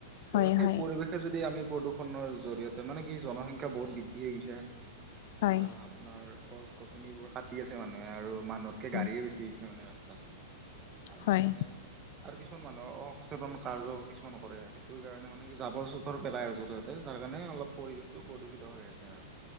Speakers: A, on the right; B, on the left.
A: ত'
B: হয়
A: সেই
B: হয়
A: পৰিৱেশ যদি আমি প্ৰদূষণৰ জৰিয়তে মানে কি জনসংখ্যা বহুত বৃদ্ধি হৈ গৈছে
B: হয়
A: বা আপোনাৰ গছ-গছনিবোৰ কাটি আছে মানুহে আৰু মানুহতকে
B: হয়
A: গাড়ীয়ে বেছি হৈছে মানে ৰাস্তাত। আৰু
B: হয়
A: মানে আৰু কিছুমান মানুহৰ অসচেতন কাৰ্য কিছুমান কৰে সেইটোৰ কাৰণে মানে কি জাবৰ-জোথৰ পেলাই আৰু য'তে- ত'তে যাৰ কাৰণে অলপ পৰিৱেশটো প্ৰদূষিত হৈ আছে আৰ। <inaudible>